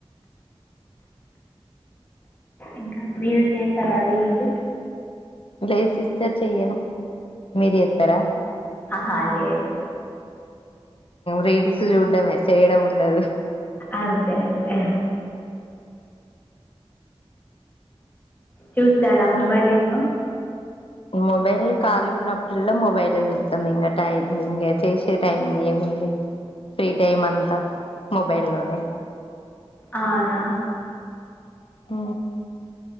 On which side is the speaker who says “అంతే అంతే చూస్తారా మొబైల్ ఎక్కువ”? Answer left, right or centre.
Left